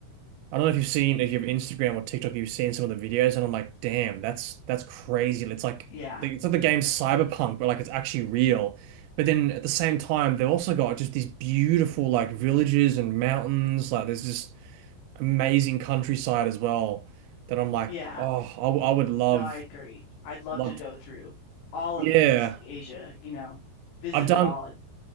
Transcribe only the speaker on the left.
Yeah.
Yeah.
No, I agree. I'd love
to go through all
of East Asia, you know, visit
it all.